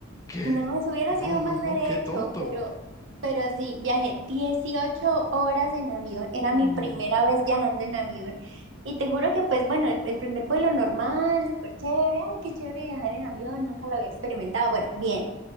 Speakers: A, on the left; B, on the right.
A: ¿Qué?
B: No, eso hubiera
A: No,
B: sido más
A: no, no,
B: derecho,
A: qué tonto.
B: pero, pero sí, viajé 18 horas en avión, era
A: Uy.
B: mi primera vez viajando en avión y te juro que pues bueno, el, el primer vuelo normal, súper chévere, ay, qué chévere viajar en avión, nunca lo había experimentado, bueno, bien,